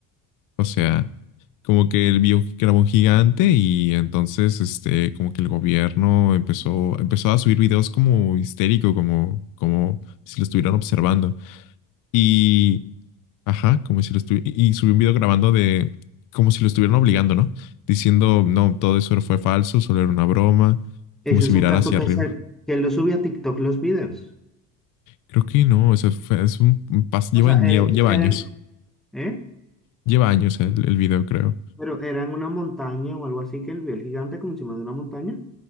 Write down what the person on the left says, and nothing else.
O sea, como que él vio que era un gigante y entonces, este, como que el gobierno empezó, empezó a subir videos como histérico, como, como si lo estuvieran observando. Y, ajá, como si lo estuvieran, y subió un video grabando de, como si lo estuvieran obligando, ¿no? Diciendo, no, todo eso fue falso, solo era una broma,
como si
mirara
hacia
arriba.
Creo que no, eso fue, es un, un pas- lleva,
lleva
años,
lleva años el el video, creo.